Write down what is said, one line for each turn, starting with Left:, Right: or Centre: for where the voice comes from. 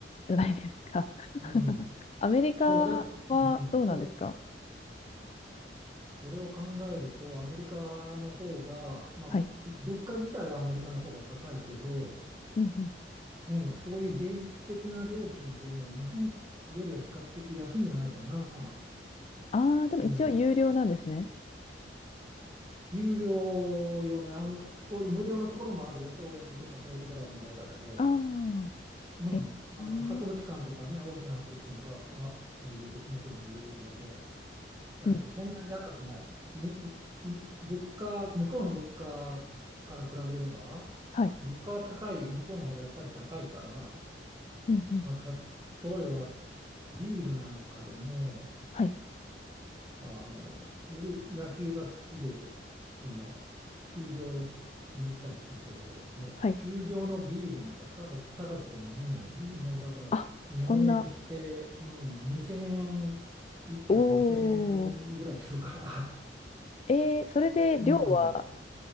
Left: じゃないですか。<laughs>
Right: うん、
Left: アメリカはどうなんですか
Right: それ、うん、それ、それを考えると、アメリカの方が、まあ、
Left: はい。
Right: 物価自体はアメリカの方が高いけど、
Left: うんうん。
Right: うん、そういう芸術的な料金っていうのは日本よりは比較的安いんじゃないかな。
Left: ああ、でも一応有料なんですね。
Right: うん、有料よね、あの、そういう無料のところもあるよ、公園とかそういうところは無料だけど、
Left: ああ、
Right: うん、
Left: え、
Right: あの博物館とかね、
Left: うん、
Right: 大きな博物館とかは、あまあ、有料もちろん有料で。だけどそんなに高くない。
Left: うん、
Right: に、物価、向こうの物価から比べれば、
Left: はい、
Right: 物価は高い、向こうの方がやっぱり高いから、
Left: うん、うん、
Right: まあ、た、例えばビールなんかでも、
Left: はい、
Right: あの、僕野球が好きで、その、球場に行ったりするけど、もう球場のビールなんか高く、
Left: はい。
Right: 高くて飲めない。もうだから日本円にして、
Left: あ、そんな、
Right: うん、2000円、一杯が2000円ぐらいするから、
Left: おお、えー、それで量は
Right: うん、